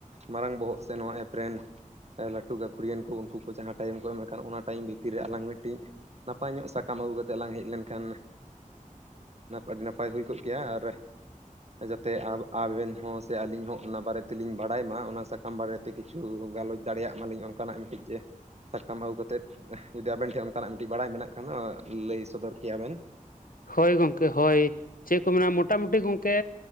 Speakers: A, on the right; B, on the left.
A: ᱢᱟᱨᱟᱝ ᱵᱚᱦᱚᱜ ᱥᱮ ᱱᱚᱣᱟ ᱮᱯ ᱨᱮᱱ, ᱞᱟᱹᱴᱩ ᱜᱟᱹᱠᱷᱩᱲᱤᱭᱟᱹᱱ ᱠᱚ ᱩᱱᱠᱩ ᱠᱚ ᱡᱟᱦᱟᱸ ᱴᱟᱭᱤᱢ ᱠᱚ ᱮᱢ ᱠᱟᱱ ᱚᱱᱟ ᱴᱟᱭᱤᱢ ᱵᱷᱤᱛᱤᱨ ᱨᱮ ᱟᱞᱟᱝ ᱢᱤᱫᱴᱤᱡ ᱱᱟᱯᱟᱭ ᱧᱚᱜ ᱥᱟ ᱛᱟᱢ ᱟᱹᱜᱩ ᱠᱟᱛᱮᱜ ᱞᱟᱝ ᱦᱮᱡ ᱞᱮᱱᱠᱷᱟᱱ ᱟᱹᱰᱤ ᱱᱟᱯᱟᱭ ᱦᱩᱭ ᱠᱚᱜ ᱠᱮᱭᱟ ᱟᱨ ᱡᱟᱛᱮ ᱟᱵᱮᱼᱟᱵᱮᱱ ᱦᱚᱸ ᱥᱮ ᱟᱞᱤᱧ ᱦᱚᱸ ᱚᱱᱟ ᱵᱟᱨᱮ ᱛᱮᱞᱤᱧ ᱵᱟᱲᱟᱭ ᱢᱟ ᱚᱱᱟ ᱥᱟᱠᱟᱢ ᱵᱟᱨᱮ ᱛᱮ ᱠᱤᱪᱷᱩ ᱜᱟᱞᱚᱪ ᱫᱟᱲᱮᱭᱟᱜ ᱢᱟᱞᱤᱧ ᱚᱱᱠᱟᱱᱟᱜ ᱢᱤᱫᱴᱤᱡ ᱡᱮ ᱥᱟᱠᱟᱢ ᱟᱹᱜᱩ ᱠᱟᱛᱮᱫ ᱡᱩᱫᱤ ᱟᱵᱮᱱ ᱴᱷᱮᱱ ᱚᱱᱠᱟᱱᱟᱜ ᱢᱤᱫᱴᱤᱡ ᱵᱟᱲᱟᱭ ᱢᱮᱱᱟᱜ ᱠᱷᱟᱱ ᱫᱚ ᱞᱟᱹᱭ ᱥᱚᱫᱚᱨ ᱠᱮᱭᱟ ᱵᱮᱱ᱾
B: ᱦᱳᱭ ᱜᱚᱝᱠᱮ ᱦᱳᱭ ᱪᱮᱫ ᱠᱚ ᱢᱮᱱᱟ ᱢᱳᱴᱟᱢᱩᱴᱤ ᱜᱚᱝᱠᱮ